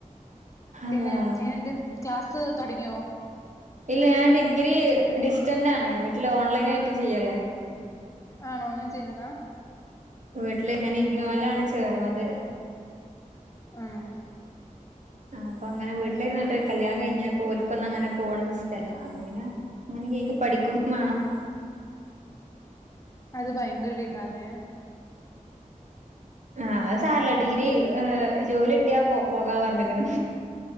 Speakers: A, on the left; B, on the right.
A: പിന്നെ
B: അള്ളാ
A: എങ്ങനെണ്ട് ക്ലാസ്സ് തൊടങ്ങിയോ
B: ഇല്ല ഞാൻ ഡിഗ്രി ഡിസ്റ്റന്റ് ആണ് വീട്ടില് ഓൺലൈൻ ആയിട്ട് ചെയ്യല്ലേ
A: ആണോ അങ്ങനെ ചെയ്യുന്നതാ
B: വീട്ടില് ഇങ്ങനെ ഇഗ്നോവലാണ്
A: ഓക്കെ ഓക്കെ
B: ചേർന്നത്
A: ആണോ
B: ആഹ് അപ്പ അങ്ങനെ വീട്ടിൽ
A: പിന്നെ
B: ഇരുന്നിട്ട് കല്യാണം കഴിഞ്ഞപ്പോ ഓലിക്കൊന്നും അങ്ങനെ പോണത് ഇഷ്ട്ടല്ലാ അപ്പ പിന്നാ എങ്ങനെങ്കും എനിക്ക് പഠിക്കും വേണം
A: അത് ഭയങ്കര ഒരു ഇതാല്ലേ
B: ആഹ് അത് സാരല്ല ഡിഗ്രി
A: പിന്നെ
B: ഏഹ് ജോലി കിട്ടിയാ പോ പോകാ പറഞ്ഞ്ക്കണ്